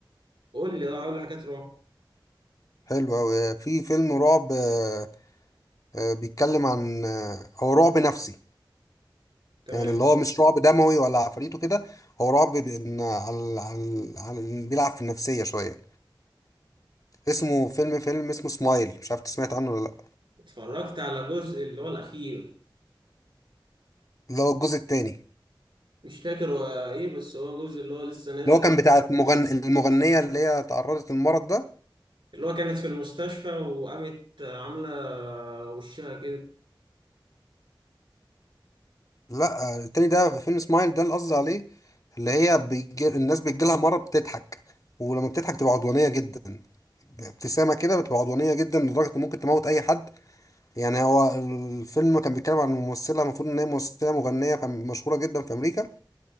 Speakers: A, on the right; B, on the left.
A: قول لي اه قول لي حاجات رعب
B: حلو أوي في فيلم رعب آه، آه، بيتكلم عن آه، هو رعب نفسي
A: تمام
B: يعني اللي هو مش رعب دموي ولا عفريت وكده هو رعب بإن على على على- بيلعب في النفسية شوية اسمه فيلم فيلم اسمه سمايل مش عارف إنت سمعت عنه ولا لأ
A: اتفرجت على جزء اللي هو الاخير
B: اللي هو الجزء التاني
A: مش فاكر هو ايه بس هو جزء اللي هو لسه نازل
B: اللي هو كان بتاع المغن... المغنية اللي هي تعرضت للمرض ده
A: اللي هو كانت في المستشفى وقامت عامله وشها كده
B: لا التاني ده في فيلم سمايل ده اللي قصدي عليه اللي هي بيجي... الناس بيجيلها مرض بتضحك ولما بتضحك تبقى عدوانية جدا ابتسامة كده بتبقى عدوانية جدا لدرجة إن ممكن تموت أي حد يعني هو الفيلم كان بيتكلم عن ممثلة المفروض إن هي ممثلة مغنية كان مشهورة جدا في أمريكا